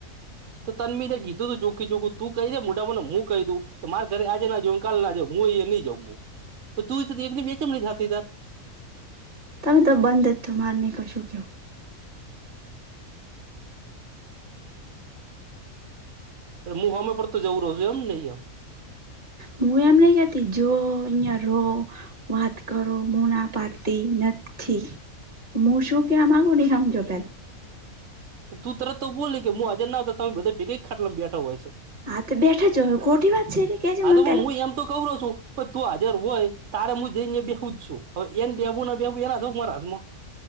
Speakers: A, on the right; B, on the right.
A: તો તનમી કીધું જોખીખું તું કહી દે મોઢામાં હું કહીં તું કે મારે ઘરે આજે ના જોવો કાલ ના જાહું હું નહી જઉં તો તું એક બે ચેમ નહી થતી તાર
B: તમે તો બંધ જ તો મારે નહી કશું કેવું
A: અરે હું હમે પર તો જવું રહ છું એમ નહી અ
B: હું એમ નહી કેતી જો અહિયાં રહો વાત કરો મુું ના પાતી નથી ઠીક મું શું ક્યા આ માંગુને એ સમજો પેલા
A: તો તું તરત તો બોલી કે હું હાજર ના હતો તમે બધા ભેગ એક ખાટલામાં બેઠા હોય છો
B: હા તો બેઠા જ ખોટી વાત છે કે છે
A: હા
B: મને
A: તો પણ
B: પેલા
A: મું એમ તો કઉરો સુ પણ તું આ જર હોય તાર હું જઈ બેઉ જ છું હવે એને બેવું ના બેવું એના હાથ કે મારા હાથમા